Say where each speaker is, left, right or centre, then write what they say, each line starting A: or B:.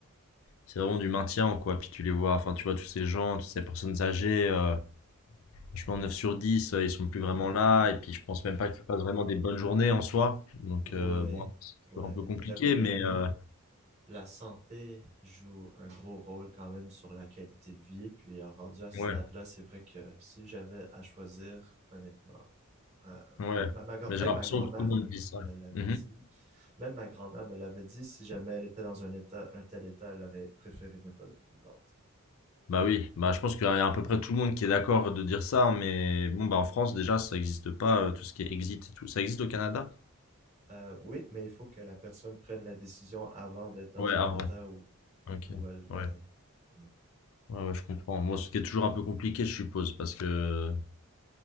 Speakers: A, on the left; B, on the right.
A: C'est vraiment du maintien, quoi. Puis tu les vois, enfin, tu vois tous ces gens, toutes ces personnes âgées, euh, franchement, 9 sur 10, euh, ils sont plus vraiment là, et puis je pense même pas qu'ils passent vraiment des bonnes journées en soi. Donc,
B: ouais,
A: euh, bon, c'est
B: ouais,
A: toujours un peu compliqué,
B: j'avoue que
A: mais... euh,
B: la santé joue un gros rôle quand même sur la qualité de vie. Puis en rendu à ce
A: ouais,
B: stade-là, c'est vrai que si j'avais à choisir, honnêtement, euh,
A: Ouais,
B: ma, ma grand-
A: mais
B: même
A: j'ai l'impression
B: ma grand-mère
A: que tout le monde dit ça.
B: me l'avait
A: Mhm.
B: dit. Même ma grand-mère me l'avait dit. Si jamais elle était dans un état, un tel état, elle aurait préféré ne pas être vivante.
A: Bah oui, bah je pense qu'il y
B: Ouais.
A: a à peu près tout le monde qui est d'accord de dire ça, hein, mais bon, bah en France déjà ça n'existe pas, euh, tout ce qui est exit et tout. Ça existe au Canada?
B: Euh, oui, mais il faut que la personne prenne la décision avant d'être dans
A: Ouais, avant.
B: un état où,
A: Ok,
B: où elle,
A: ouais.
B: euh, ouais,
A: Ouais, ouais, je comprends. Moi, ce qui est toujours un peu compliqué, je suppose, parce que,